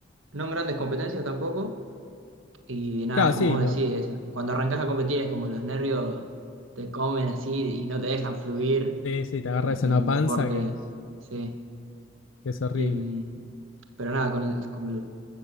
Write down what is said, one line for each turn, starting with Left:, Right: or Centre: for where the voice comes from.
Right: no en grandes competencias tampoco, y nada,
Left: Claro,
Right: como
Left: sí,
Right: vos
Left: lo,
Right: decís, eso. Cuando arrancás a competir es como los nervios te comen así y no te dejan fluir
Left: sí, sí, te agarras
Right: en el,
Left: en
Right: en
Left: la panza
Right: el deporte,
Left: que,
Right: sí.
Left: que es horrible.
Right: Y, mm, pero nada, con el- con el-